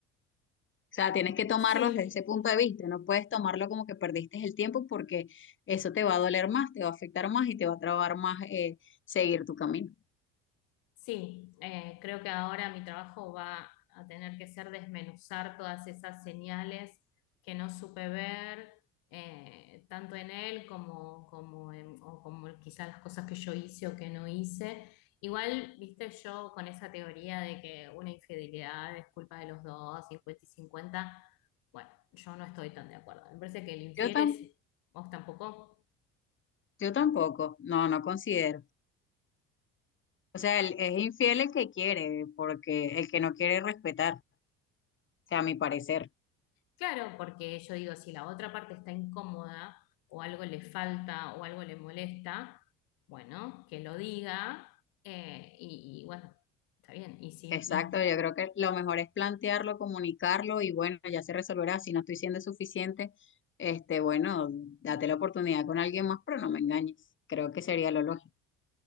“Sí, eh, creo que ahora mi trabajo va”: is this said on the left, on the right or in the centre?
Left